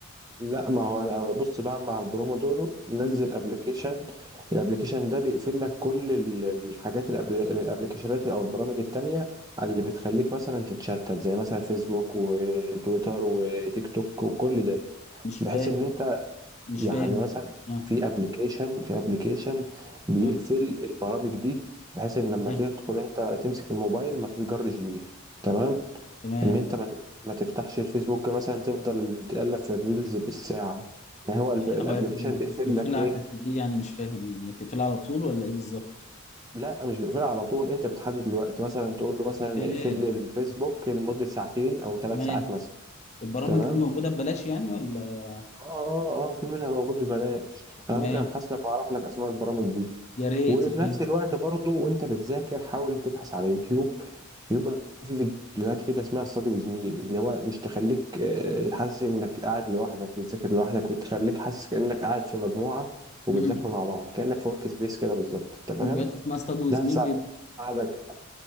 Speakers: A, on the right; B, on the left.
A: لا ما هو انا بص بقى مع البرومودورو نزل
B: مم.
A: ابلكيشن الابلكيشن ده بيقفل لك كل ال- الحاجات الأبل- الابلكيشنات او البرامج التانية على اللي بتخليك مثلا تتشتت زي مثلا فيسبوك وتويتر وتيك توك وكل ده
B: مش
A: بحيث
B: فاهم
A: ان انت
B: مش
A: يعني
B: فاهم
A: مثلا
B: اه
A: في ابلكيشن في ابلكيشن بيقفل
B: اه
A: البرامج دي بحيث ان لما
B: تمام
A: تدخل انت تمسك الموبايل ما تتجرش ليها تمام
B: تمام
A: ان انت ما تف- ما تفتحش الفيسبوك مثلا تفضل تقلب في الريلز بالساعه يعني هو الب- الابليكيشن
B: طب هي بت-
A: بيقفل
B: بتقفلها
A: لك ايه
B: قد ايه يعني مش فاهم يعني هي بتقفلها على طول ولا ايه بالظبط؟
A: لا مش بيقفلها على طول انت بتحدد الوقت مثلا تقول له مثلا
B: ياه.
A: اقفل لي الفيسبوك لمده ساعتين او ثلاث
B: تمام
A: ساعات مثلا
B: البرامج
A: تمام
B: دي موجودة ببلاش يعني ولا
A: اه اه اه في منها موجود ببلاش
B: تمام
A: انا ممكن ابحث لك واعرف لك اسماء البرامج دي
B: يا ريت
A: وفي
B: يا ريت
A: نفس الوقت برضه وانت بتذاكر حاول تبحث على يوتيوب بيبقى في فيديوهات كده اسمها ستادي ويز مي اللي هو مش تخليك آه، حاسس انك قاعد لوحدك بتذاكر لوحدك بتخليك حاسس كأنك قاعد في مجموعة وبتذاكروا
B: مم.
A: مع بعض كأنك في ورك سبيس كده بالظبط انت
B: فيديوهات
A: فاهم
B: اسمها استاد وزميل
A: ده هتساعدك